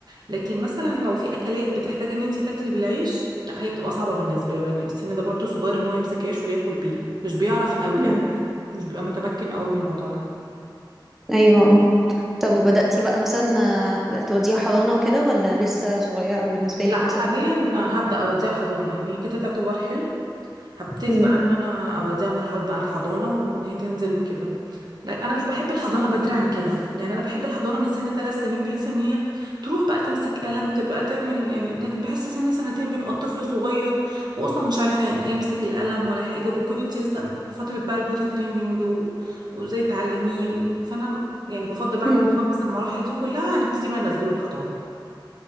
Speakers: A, on the right; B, in the centre.
A: لكن مثلا لو في اكلات بتحتاج ان انت تاكلي بالعيش لا هي بتبقى صعبه بالنسبه له يعني السن ده برضو صغير ان هو يمسك عيش وياكل بيه مش بيعرف قوي
B: مم.
A: يعني مش بيبقى متمكن قوي من الموضوع ده
B: ايوه اه طب وبدأتي بقى مثلا آه، بقى توديها حضانة وكده ولا لسه صغيرة بالنسبة لك
A: لا
B: مثلا
A: حاليا هبدا اوديها حضانه يعني هي كده تعتبر حلو هبتدي
B: مم.
A: بقى ان انا اوديها مرحله بقى الحضانه وان هي تنزل وكده لا انا مش بحب الحضانه بدري عن كده يعني انا بحب الحضانه من سن ثلاث سنين بحيث ان هي تروح بقى تمسك قلم تبقى تعمل يعني لكن بحس سن سنتين بيبقى الطفل صغير واصلا مش عارف يعني لا يمسك القلم ولا حاجه وبكون انت لسه فتره بقى البوتي تريننج و... وازاي تعلميه و... فانا يعني بفضل بعد
B: مم.
A: ما نخلص المراحل دي كلها نبتدي بقى ننزله الحضانه